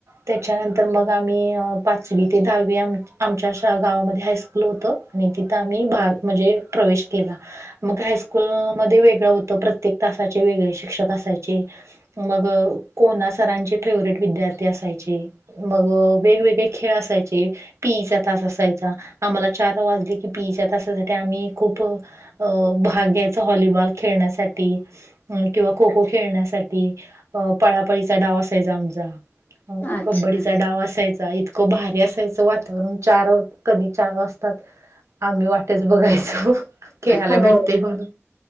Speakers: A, on the right; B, on the left.
A: त्याच्यानंतर मग आम्ही पाचवी ते दहावी आम आमच्या गावामध्ये हायस्कूल होत आणि तिथं आम्ही भाग म्हणजे प्रवेश केला. मग हायस्कूल मध्ये वेगळं होतं प्रत्येक तासाचे वेगळे शिक्षक असायचे, मग कोणा सरांचे फेवर्हेट विद्यार्थी असायचे, मग वेगवेगळे खेळ असायचे, पीईचा तास असायचा आम्हाला चार वाजले की पीईच्या तासासाठी आम्ही खूप अ भाग्यायच व्हॉलीबॉल खेळण्यासाठी किंवा खो खो खेळण्यासाठी, अ पळापळीचा डाव असय आमचा
B: अच्छा.
A: कब्डीचा डाव असायचा इत भारी असायचं वातावरण चार कधी चार वाजतात, आम्ही वाटच बघायचो खेळायला
B: हो,
A: भेटते
B: <inaudible>
A: म्हणून